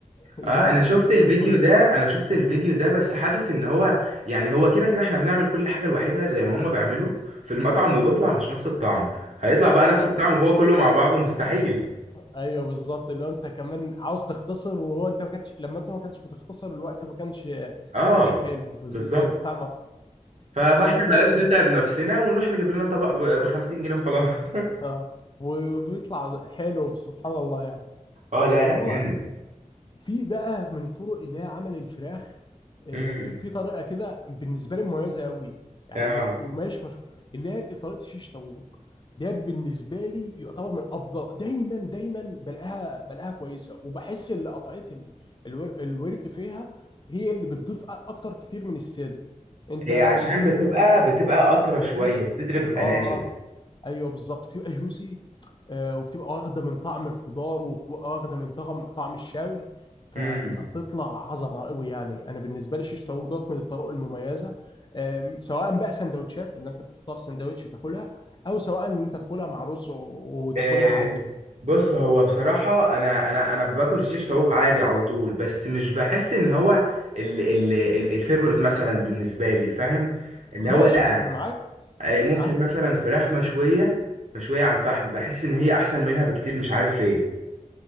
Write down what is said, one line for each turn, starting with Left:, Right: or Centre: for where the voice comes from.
Left: اللي
Right: آه
Left: هو انت
Right: انا شفت
Left: تعمل كل
Right: الفيديو
Left: مكونات
Right: ده انا شفت الفيديو ده بس حاسس ان هو يعني هو كده كده احنا بنعمل كل حاجه لوحدها زي ما هما بيعملوا في المطعم وبيطلع مش نفس الطعم هيطلع بقى نفس
Left: اه
Right: الطعم وهو كله مع بعضه
Left: اه
Right: مستحيل
Left: ايوه بالظبط اللي هو انت كمان عاوز تختصر وهو انت ما كانتش لما انت ما كانتش بتختصر الوقت ما كانش
Right: اه
Left: ما كانش حلو بز-
Right: بالظبط
Left: زي بتاع المطعم
Right: ف- فاحنا
Left: ففعلا
Right: بلاش نتعب نفسنا ونروح نجيب لنا طبق ب 50 جنيه وخلاص
Left: اه وبيطلع حلو سبحان الله يعني
Right: <laughs> اه لا
Left: اللي
Right: لا
Left: هو
Right: جامد
Left: في بقى من طرق اللي هي عمل الفراخ آه،
Right: امم
Left: في طريقه كده بالنسبه لي مميزه قوي يعني
Right: اه
Left: ومش مشهور اللي هي طريقه الشيش طاووق ده بالنسبه لي يعتبر من افضل دايما دايما بلاقيها بلاقيها كويسه وبحس ان قطعيه ال- الور- الورك فيها هي اللي بتضيف أ- اكتر كتير من الصدر انت
Right: إيه عشان
Left: بتحب
Right: بتبقى بتبقى قطرة شوية
Left: جوسي
Right: الصدر بيبقى
Left: اه
Right: ناشف
Left: آه. ايوه بالظبط بتبقى جوسي آه، وبتبقى واخده من طعم الخضار وبتبقى واخده من طعم طعم الشاوي ف-
Right: امم
Left: فبتطلع عظمه قوي يعني انا بالنسبه لي شيش طاووق دوت من الطرق المميزه آم، سواء بقى سندوتشات ان انت تحطها في سندوتش وتاكلها او سواء ان انت تاكلها مع رز و- وتاكلها
Right: إيه
Left: عادي
Right: بص هو بصراحة أنا أنا أنا باكل الشيش طاووق عادي على طول بس مش بحس إن هو ال ال ال الفيفوريت مثلا بالنسبة لي فاهم اللي هو
Left: ماشي
Right: لأ
Left: انا معاك
Right: آه، ممكن
Left: معاك
Right: مثلا فراخ مشوية مشوية على الفحم بحس إن هي أحسن منها بكتير مش عارف ليه